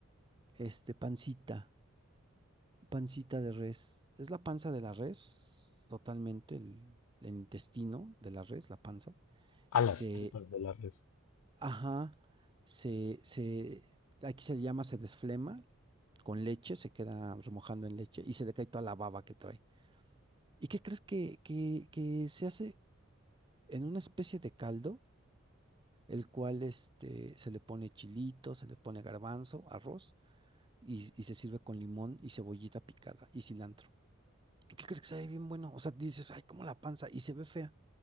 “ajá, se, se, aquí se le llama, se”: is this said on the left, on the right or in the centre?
Right